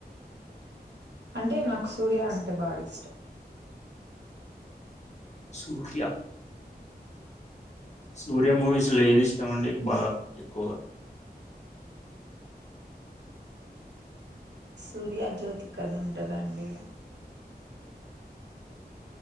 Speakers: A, on the right (about 90°); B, on the left (about 40°).
A: అంటే నాకు సూర్య అంటే బాగా ఇష్టం
B: సూర్య సూర్య మూవీస్లు ఏది ఇస్తమండి బాగా ఎక్కువగా
A: సూర్య జ్యోతి కథ ఉంటదండి